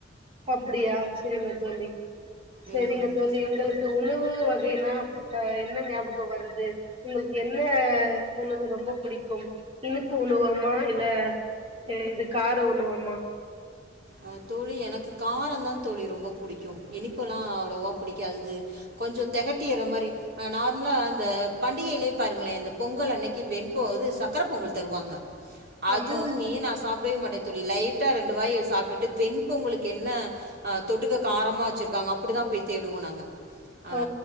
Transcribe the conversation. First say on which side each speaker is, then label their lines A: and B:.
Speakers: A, on the right; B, on the right.
A: அப்படியா செரிங்க தோழி செரிங்க
B: ம்
A: தோழி உங்களுக்கு
B: இப்போ
A: உண் ணவு வகைனா என்ன ஞாபக வருது உங்களுக்கு என்ன உணவு ரொம்ப புடிக்கும் இனிப்பு உணவமா இல்ல இது கார உணவமா
B: அ தோழி எனக்கு காரந்தா தோழி ரொம்ப புடிக்கு இனிப்பெல்லா அவ்ளோவா புடிக்காது கொஞ்சம் தெகட்டிற மாரி அ நார்மலா அந்த பண்டிகைலயே பாருங்ளே இந்த பொங்கல் அன்னைக்கு வெண்பொ இது சக்கர பொங்கல் தருவாங்க அதுமே
A: ஆமா
B: நா சாப்டவே மாட்டே தோழி லைட்டா ரெண்டு வாய் சாப் டுட்டு வெண்பொங்கலுக்கு என்ன அ தொட்டுக்க காரமா வெச்சிருக்காங்க அப்டிதா போய் தேடுவோ நாங்க அ
A: ஓ